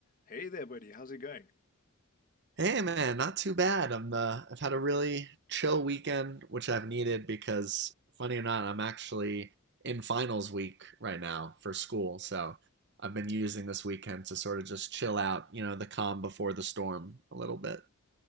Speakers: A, on the left (about 40°); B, on the right (about 55°).
A: Hey there, buddy. How's it going?
B: Hey man, not too bad. I'm uh, I've had a really chill weekend, which I've needed because funny or not, I'm actually in finals week right now for school. So I've been using this weekend to sort of just chill out, you know, the calm before the storm a little bit.